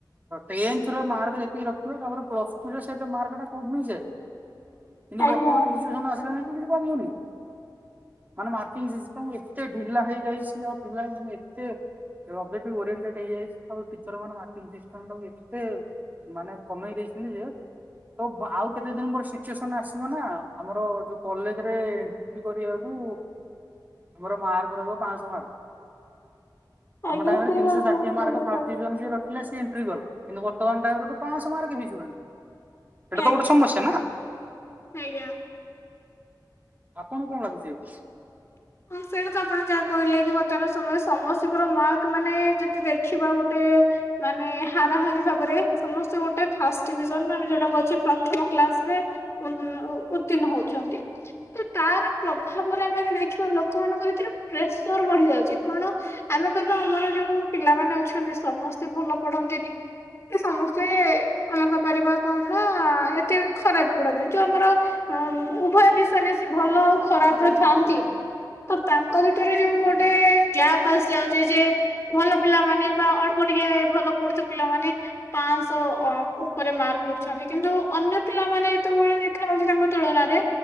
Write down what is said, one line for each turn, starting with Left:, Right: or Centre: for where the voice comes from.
Right: ଟେନ୍ଥରେ ମାର୍କ ଯେତିକି ରଖିଥିବ ତାପରେ ପ୍ଲସ୍ ଟୁ ରେ ସେଇ ମାର୍କଟା କମି ଯାଏ କିନ୍ତୁ
Left: ଆଜ୍ଞା।
Right: ବର୍ତ୍ତମାନ ସିଚୁଏସନ ଆସିଲାଣି କି କମୁନି। ମାନେ ମାର୍କିଂ ସିଷ୍ଟମ ଏତେ ଢିଲା ହେଇଯାଇଛି ଆଉ ପିଲା ମାନେ ଏତେ ଏବେ ଅବ୍ଡେଟ୍ ଓରିଏଣ୍ଟେଡ ହେଇଯାଇ ତାପରେ ଟିଚର ମାନେ ମାର୍କିଙ୍ଗ ସିଷ୍ଟମ ଏତେ ମାନେ କମେଇ ଦେଇଛନ୍ତି ଯେ ତ ଆଉ କେତେ ଦିନ ସିଚ୍ୟୁଏସନ୍ ଆସିବନା ଆମର କଲେଜରେ ଏଣ୍ଟ୍ରି କରିବାକୁ ଆମର ମାର୍କ ରହିବ ପାଞ୍ଚଶହ ମାର୍କ
Left: ଆଜ୍ଞା
Right: ଆମ ଟାଇମ୍
Left: ସ୍ତ୍ରୀ
Right: ରେ ତିନିଶହ
Left: ଭାରତ
Right: ଷାଠିଏ
Left: ହଷ୍ଟେଲ
Right: ମାର୍କ
Left: ଦେଖାଉଛି।
Right: ଫାଷ୍ଟ ଡିଭିଜନ ଯିଏ ରଖି କ୍ଳାସ୍ ଏଣ୍ଟ୍ରି କଲ, କିନ୍ତୁ ବର୍ତ୍ତମାନ ତାଙ୍କର ତ ପାଞ୍ଚଶହ ମାର୍କ ହେଇଯିବଣି ଏଇଟା
Left: ଆଜ୍ଞା
Right: ତ ଗୋଟେ ସମସ୍ୟା ନା।
Left: ଆଜ୍ଞା।
Right: ଆପଣ କଣ ଲାଗୁଛି ଏବେ?
Left: ହଁ ସେଇଟା ତ ଆପଣ ଯାହା କହିଲେ କି ବର୍ତ୍ତମାନ ସମୟରେ ସମସ୍ତଙ୍କର ମାର୍କ ମାନେ ଯଦି ଦେଖିବା ଖିବା ଗୋଟେ ମାନେ ହାରାହାରି ଭାବରେ ସମସ୍ତେ ଗୋଟେ ଫାଷ୍ଟ ଡିଭିଜନ ନହେଲେ ଯୋଉଟା ପ୍ରଥମ କ୍ଲାସ ରେ ଉ ଉତ୍ତୀର୍ଣ୍ଣ ହଉଛନ୍ତି ତ ତାର ପ୍ରଭାବରେ ଆମେ ଦେଖିବା ଛୁଆ ଲୋକମାନଙ୍କ ଭିତରେ ପ୍ରେସର ବଢି ଯାଉଛି କଣ ଆମେ ତ ତ ଆମର ଯୋଉ ପିଲାମାନେ ଅଛନ୍ତି ସମସ୍ତେ ଭଲ ପଢନ୍ତିନି। କି ସମସ୍ତେ ଆମେ କହିପାରିବା କଣ ନା ଏତେ ଖରାପ ଗୁଡା ନାହିଁ ଯୋଉ ଆମର। ହଁ ଉଭୟ ମିଶାମିଶି ଭଲ ଆଉ ଖରାପରେ ଥାଆନ୍ତି ତ ତାଙ୍କ ଭିତରେ ଯୋଉ ଗୋଟେ ଗ୍ୟାପ ଆସି ଯାଉଛି ଯେ ଭଲ ପିଲା ମାନେ ଅଳ୍ପ ଟିକଆ ଭଲ ପଢୁଥିବା ପିଲାମାନେ ପାଞ୍ଚଶହ ଉପରେ ମାର୍କ ଛନ୍ତି କିନ୍ତୁ ଅନ୍ୟ ପିଲାମାନେ ଯେତେବେଳେ ଦେଖାଯାଉଛି ତାଙ୍କ ତୁଳନାରେ